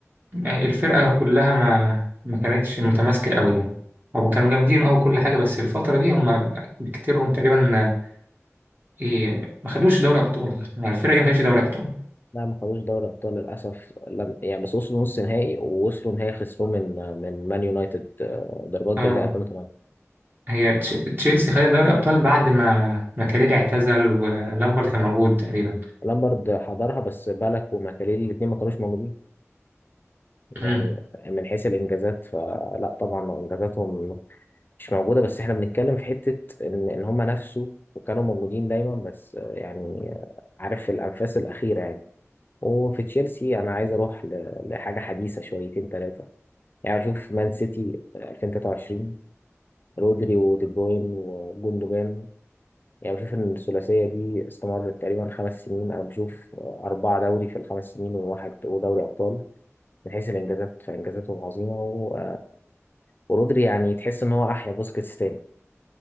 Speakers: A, on the right (about 40°); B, on the left (about 40°).
A: يعني الفرقة كلها ما ما كانتش متماسكة قوي يعني هما كانوا جامدين أوي كل حاجة بس الفترة دي هما بكتيرهم تقريبا إيه ما خدوش دوري أبطال يعني الفرقة دي ما خدتش دوري أبطال
B: لا ما خدوش دوري ابطال للاسف لم... يعني بس وصلوا نص نهائي ووصلوا نهائي خسروه من من مان يونايتد آه، ضربات
A: اه
B: جزاء 2008
A: هي تش- تشيلسي خدت دوري ابطال بعد ما ما كاريري اعتزل ولامبرد كان موجود تقريبا
B: لامبرد حضرها بس بالك وماكاليل الاثنين ما كانوش موجودين يعني
A: مم.
B: من حيث الانجازات فلا طبعا انجازاتهم مش موجوده بس احنا بنتكلم في حته ان ان هم نفسوا وكانوا موجودين دايما بس آه، يعني آه، عارف الانفاس الاخيره يعني وفي تشيلسي انا عايز اروح ل... لحاجه حديثه شويتين ثلاثه يعني بشوف مان سيتي 2023 رودري ودي بروين وجوندوجان يعني بشوف ان الثلاثيه دي استمرت تقريبا خمس سنين انا بشوف اربعه دوري في الخمس سنين وواحد ودوري ابطال من حيث الانجازات فانجازاتهم عظيمه و... ورودري يعني تحس ان هو احيا بوسكيتس تاني